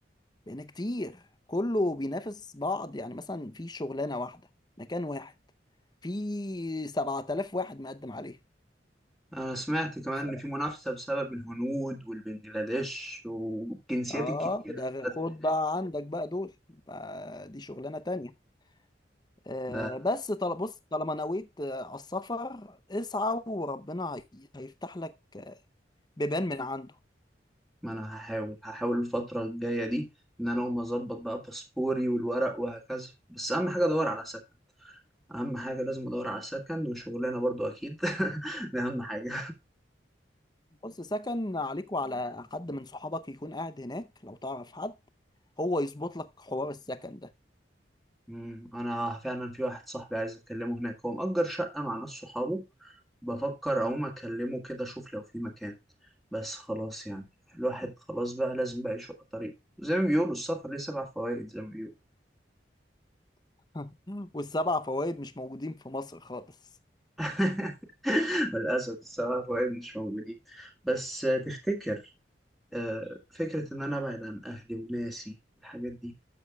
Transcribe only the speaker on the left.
بقينا كتير كله بينافس بعض يعني مثلا في شغلانة واحدة مكان واحد في 7000 واحد مقدم عليه
ف...
اه
ده
خد
بقى عندك بقى دول بقى دي شغلانة تانية آه
بس طال بص طالما نويت آه، على السفر اسعى وربنا هي- هيفتح لك آه، بيبان من عنده
بص سكن عليك وعلى حد من صحابك يكون قاعد هناك لو تعرف حد هو يظبط لك حوار السكن ده
<laughs> والسبع فوائد مش موجودين في مصر خالص